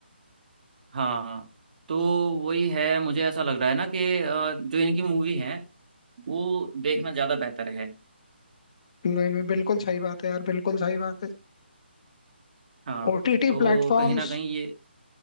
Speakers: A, on the right (about 45°); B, on the left (about 35°).
A: हाँ तो वही है मुझे ऐसा लग रहा है ना कि अ, जो इनकी मूवी है वो देखना ज्यादा बेहतर है
B: नहीं नहीं बिल्कुल सही बात है यार बिल्कुल सही बात है
A: हाँ
B: OTT
A: तो
B: platforms
A: कहीं ना कहीं ये